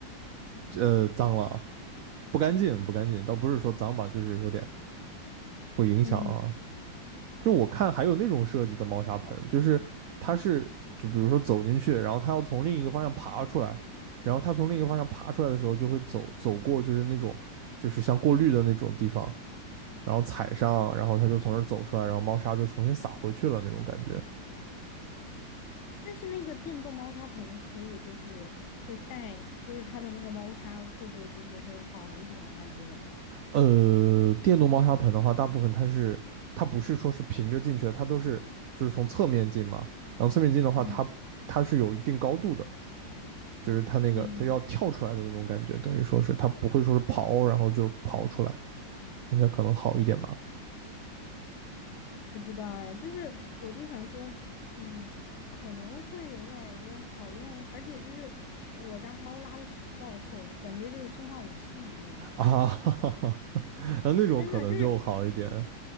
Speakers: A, on the right; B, on the left.
A: 呃脏了，啊不干净不干净，倒不是说脏吧，就是有点会影响啊。
B: 嗯，
A: 就我看还有那种设计的猫砂盆，就是它是就比如说走进去，然后它要从另一个方向爬出来，然后它从另一个方向爬出来的时候，就会走走过就是那种就是像过滤的那种地方，然后踩上，然后它就从这儿走出来，然后猫砂就重新撒回去了那种感觉。
B: 但是那个电动猫砂盆可以，就是会带，就是它的那个猫砂会不会就是会好一点啊？这种，
A: 呃，电动猫砂盆的话，大部分它是它不是说是平着进去的，它都是就是从侧面进嘛，然后侧面进的话，
B: 嗯
A: 它它是有一定高度的，就是他那个他要跳出来的那种感觉，
B: 嗯。
A: 等于说是他不会说是跑，然后就跑出来，应该可能好一点吧？
B: 不知道哎，就是我就想说，嗯，可能会有点儿有点儿好用，而且就是我家猫拉的屎爆臭，感觉就是生化武器一样，
A: 啊，<laughs> 哈哈哈啊那种可能就好一点。
B: 真的就是